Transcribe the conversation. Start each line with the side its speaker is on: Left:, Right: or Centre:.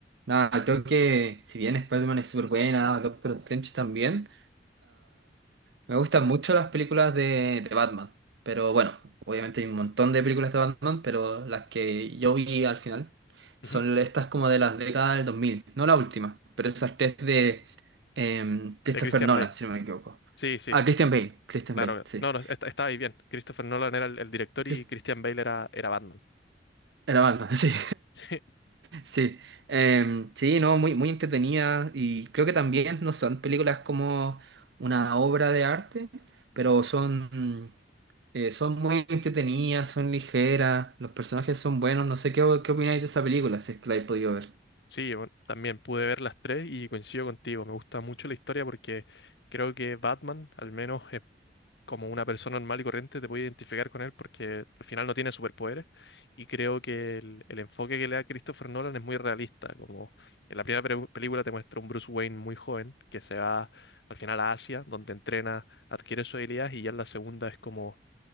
Right: nada, creo que si bien Spider-Man es súper buena, Doctor Strange también. Me gustan mucho las películas de, de Batman, pero bueno, obviamente hay un montón de películas de Batman, pero las que yo vi al final
Left: Ujú.
Right: son estas como de las décadas del 2000, no la última, pero esas tres de em, Christopher
Left: De Christian
Right: Nolan,
Left: Bale.
Right: si no me equivoco.
Left: Sí, sí,
Right: Ah, Christian Bale, Christian
Left: claro.
Right: Bale, sí.
Left: No, no, est- estaba ahí bien. Christopher Nolan era el, el director
Right: Chris-
Left: y Christian Bale era, era Batman.
Right: Era Batman, <laughs> sí.
Left: <laughs>
Right: Sí, Em, sí, no, muy, muy entretenida y creo que también no son películas como una obra de arte, pero son... Eh, son muy entretenidas, son ligeras, los personajes son buenos. No sé qué, qué opináis de esa película, si es que la habéis podido ver.
Left: Sí, bueno, también pude ver las tres y coincido contigo. Me gusta mucho la historia porque creo que Batman, al menos es como una persona normal y corriente, te puede identificar con él porque al final no tiene superpoderes. Y creo que el, el enfoque que le da Christopher Nolan es muy realista. Como en la primera pre- película te muestra un Bruce Wayne muy joven que se va al final a Asia, donde entrena, adquiere sus habilidades, y ya en la segunda es como